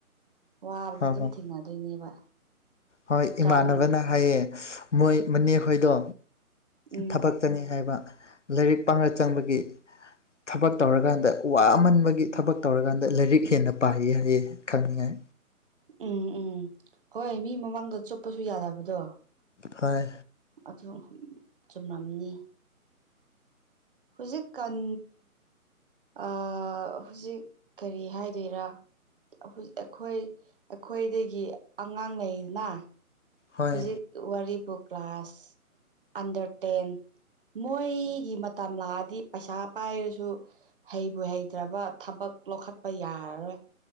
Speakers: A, on the right; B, on the left.
A: ꯋꯥꯕꯗꯨ
B: ꯍꯣꯏ
A: ꯗꯨꯝ
B: ꯍꯣꯏ
A: ꯊꯦꯡꯅꯗꯣꯏꯅꯦꯕ
B: ꯍꯣꯏ
A: ꯆꯥꯎ
B: ꯏꯃꯥꯟꯅꯕꯅꯥ ꯍꯥꯏꯌꯦ ꯃꯣꯏ ꯃꯅꯦꯈꯣꯏꯗꯣ
A: ꯎꯝ
B: ꯊꯕꯛ ꯇꯅꯤ ꯍꯥꯏꯕ ꯂꯥꯏꯔꯤꯛ ꯄꯥꯔ ꯆꯪꯕꯒꯤ ꯊꯕꯛ ꯇꯧꯔꯒꯥꯟꯗ ꯋꯥꯃꯟꯕꯒꯤ ꯊꯕꯛ ꯇꯧꯔꯒꯥꯟꯗ ꯂꯥꯏꯔꯤꯛ ꯍꯦꯟꯅ ꯄꯥꯌꯦ ꯍꯥꯏꯌꯦ ꯈꯪꯅꯤꯉꯥꯏ
A: ꯎꯝ ꯎꯝ ꯍꯣꯏ ꯃꯤ ꯃꯃꯥꯡꯗ ꯆꯣꯞꯄꯁꯨ ꯌꯥꯗꯕꯗꯣ
B: ꯍꯣꯏ
A: ꯑꯗꯨ ꯆꯨꯝꯔꯝꯅꯤ ꯍꯨꯖꯤꯛꯀꯥꯟ ꯑꯥ ꯍꯨꯖꯤꯛ ꯀꯔꯤ ꯍꯥꯏꯗꯣꯏꯔꯥ <unintelligible> ꯑꯩꯈꯣꯏ ꯑꯈꯣꯏꯗꯒꯤ ꯑꯉꯥꯡ ꯂꯩꯗꯅ
B: ꯍꯣꯏ
A: ꯍꯨꯖꯤꯛ ꯋꯥꯔꯤꯕꯨ ꯀ꯭ꯂꯥꯁ ꯑꯟꯗ꯭ꯔ ꯇꯦꯟ ꯃꯣꯏꯒꯤ ꯃꯇꯝ ꯂꯥꯛꯑꯥꯗꯤ ꯄꯩꯁꯥ ꯄꯥꯏꯔꯁꯨ ꯍꯩꯕꯨ ꯍꯩꯇ꯭ꯔꯕ ꯊꯕꯛ ꯂꯧꯈꯠꯄ ꯌꯥꯔꯔꯣꯏ